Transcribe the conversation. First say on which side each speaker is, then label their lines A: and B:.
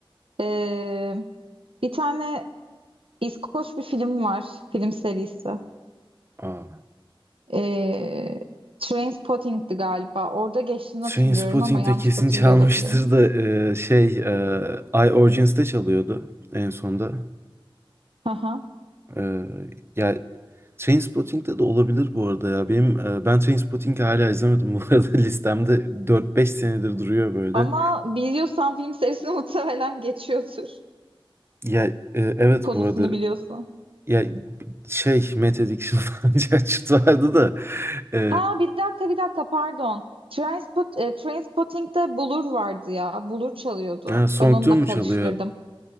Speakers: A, on the right; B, on the right.
A: Ee, bir tane İskoç bir film var. Film serisi.
B: Aa,
A: Ee, Trainspotting'di galiba. Orada geçtiğini
B: Trainspotting'de
A: hatırlıyorum ama yanlış
B: kesin
A: da hatırlıyor
B: çalmıştır
A: olabilirim.
B: da e, şey e, I Origins çalıyordu en sonda.
A: Aha.
B: E, ya Trainspotting'de de olabilir bu arada ya. Benim e, ben Trainspotting'i hala izlemedim bu arada <laughs> listemde 4-5 senedir duruyor böyle.
A: Ama biliyorsan film serisini <laughs> muhtemelen geçiyordur.
B: Ya e, evet
A: Konusunu
B: bu arada
A: biliyorsan.
B: Ya şey Mete Dikşin <laughs> falan diye açıt vardı da e,
A: Ha bir dakika bir dakika pardon. Trainspot, e, Trainspotting'de Blur vardı ya. Blur çalıyordu.
B: ha, Song
A: Ben onunla
B: Tune mu
A: karıştırdım.
B: çalıyor?